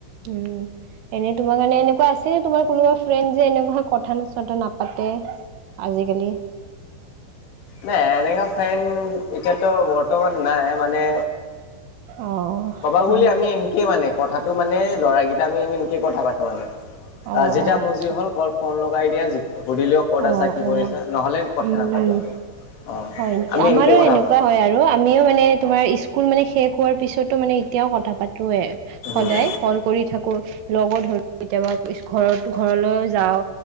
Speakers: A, on the right; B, on the left.
A: উম' এনে তোমাৰ কাৰণে এনেকুৱা আছে, তোমাৰ কোনো অ, ফ্ৰেণ্ড যে এনেকুৱা কোনো কথা-চথা নাপাতে, আজি কালি।
B: নাই, এনেকা ফ্ৰেণ্ড এতিয়াতো বৰ্তমান নাই। মানে
A: অ
B: ক'ব
A: হয়
B: গ'লে
A: নেকি
B: আমি এনেকে মানে, কথাটো মানে ল'ৰাকেইটা আমি এনেকে কথা পাতো মানে।
A: অ
B: আহ, যেতিয়া
A: অ
B: মজিৰ
A: আচ্ছা
B: হ'ল কই ফোন লগ কাই দিয়া সুধিলেও ক'ত
A: অ
B: আছা? কি
A: অ
B: কৰি আছা? নহ'লে কথা
A: উম
B: নাপাতো
A: উম
B: আমি। অ'
A: হয় নেকি,
B: আমি
A: আমাৰো
B: এনকে কথা
A: এনেকুৱা
B: পাতো।
A: হয় আৰু আমিও মানে, তোমাৰ স্কুল মানে শেষ খোৱাৰ পিছতো মানে এতিয়াও কথা পাতোয়ে, সদায়
B: উম।
A: কল কৰি থাকো। লগো কেতিয়াবা ঘৰত-ঘৰলৈও যাওঁ,